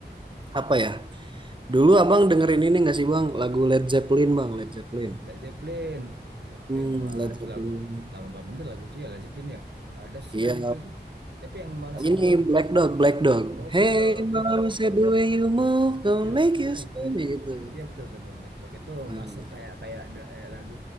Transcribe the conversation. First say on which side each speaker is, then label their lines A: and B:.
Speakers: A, on the right; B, on the right.
A: apa ya? Dulu abang dengerin ini nggak sih bang? Lagu Led Zeppelin bang, Led Zeppelin.
B: Led Zeppelin Led Zeppelin
A: Hmm,
B: wah
A: Led
B: itu
A: Zeppelin.
B: lagu lama bener lagu itu ya Led Zeppelin ya ada sih
A: Iya,
B: Led Zeppelin itu tapi yang mana satu
A: ini
B: aku
A: Black Dog, Black Dog.
B: oh Black
A: Hey,
B: Dog heh
A: Mama said the way you move, don't
B: ya
A: make you spin
B: itu
A: gitu.
B: Iya betul betul, betul. Black Block itu
A: Nah,
B: masuk kayak kayak da- eh, lagu